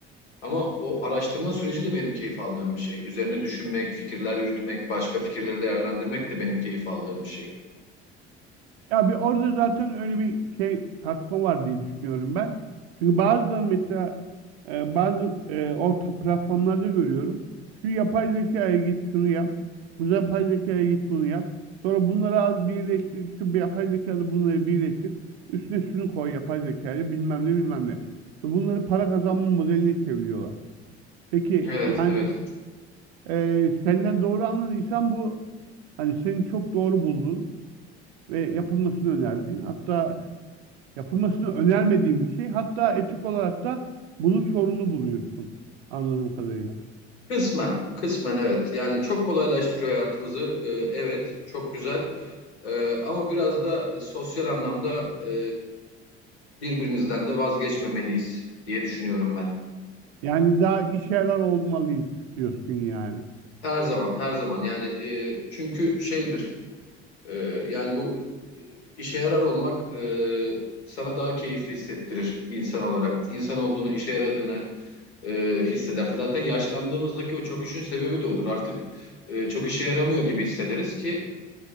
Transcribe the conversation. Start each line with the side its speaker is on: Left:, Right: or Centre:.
Left: Ama o araştırma süreci de benim keyif aldığım bir şey. Üzerine düşünmek, fikirler yürütmek, başka fikirleri değerlendirmek de benim keyif aldığım bir şey.
Right: Ya bir orada zaten öyle bir şey tartışma var diye düşünüyorum ben. Çünkü bazıları mesela e, bazı e, orta platformlarda görüyorum. Şu yapay zekaya git şunu yap. Bu yapay zekaya git bunu yap. Sonra bunları al birleştir. Şu bir yapay zekalı bunları birleştir. Üstüne şunu koy yapay zekayla bilmem ne bilmem ne. Ve bunları para kazanma modeline çeviriyorlar. Peki
Left: Evet,
Right: yani
Left: evet.
Right: e, senden doğru anladıysam bu hani senin çok doğru bulduğun ve yapılmasını önerdiğin hatta Yapılmasını önermediğim bir şey. Hatta etik olarak da bunun sorunu buluyorsun. Anladığım kadarıyla.
Left: Kısmen, kısmen evet. Yani çok kolaylaştırıyor hayatımızı. Ee, evet, çok güzel. Ee, ama biraz da sosyal anlamda e, birbirimizden de vazgeçmemeliyiz diye düşünüyorum ben.
Right: Yani daha işe yarar olmalıyız diyorsun yani.
Left: Her zaman, her zaman. Yani e, çünkü şeydir. e, yani bu e, işe yarar olmak e, sana daha keyifli hissettirir insan olarak. İnsan olduğunu, işe yaradığını e, hissedersin. Zaten yaşlandığımızdaki o çöküşün sebebi de odur. Artık e, çok işe yaramıyor gibi hissederiz ki